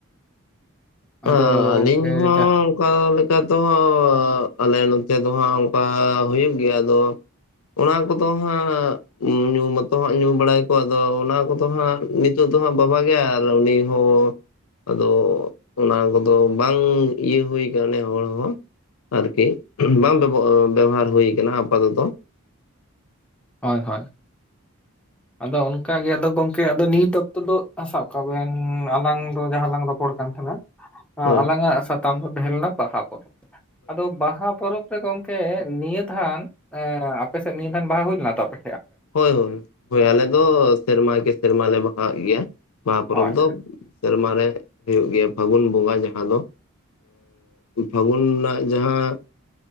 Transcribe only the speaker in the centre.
ᱟᱫᱚ
ᱜᱚᱝᱠᱮ
ᱡᱟ
ᱦᱳᱭ ᱦᱳᱭ᱾ ᱟᱫᱚ ᱚᱱᱠᱟ ᱜᱮ, ᱟᱫᱚ ᱜᱚᱝᱠᱮ ᱟᱫᱚ ᱱᱤᱛ ᱚᱠᱛᱚ ᱫᱚ ᱥᱟᱵ ᱠᱟᱜ ᱵᱮᱱ ᱟᱞᱟᱝ ᱫᱚ ᱡᱟᱦᱟᱸ ᱞᱟᱝ ᱨᱚᱯᱚᱲ ᱠᱟᱱ ᱛᱟᱦᱮᱸᱱᱟ᱾
ᱟᱞᱟᱝᱟᱜ ᱥᱟᱛᱟᱢ ᱫᱚ ᱛᱟᱦᱮᱸ ᱞᱮᱱᱟ ᱵᱟᱦᱟ ᱯᱚᱨᱚᱵᱽ᱾ ᱟᱫᱚ ᱵᱟᱦᱟ ᱯᱚᱨᱚᱵᱽ ᱮ ᱜᱚᱢᱠᱮ ᱱᱤᱭᱟᱹ ᱫᱷᱟᱱ ᱟᱹ ᱟᱯᱮᱥᱮᱫ ᱱᱤᱭᱟᱹ ᱫᱟᱱ ᱵᱟᱦᱟ ᱦᱩᱭ ᱞᱮᱱᱟ ᱛᱟᱯᱮ
ᱦᱳᱭ